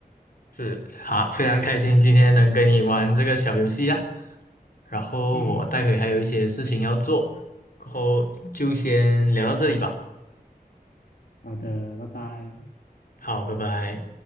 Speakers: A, on the left; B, on the left.
A: 是好，非常开心今天能跟你玩这个小游戏啊。然后我待会还有一些事情要做，
B: 嗯，
A: 然后就先聊到这里吧。
B: 好的，拜拜。
A: 好，拜拜。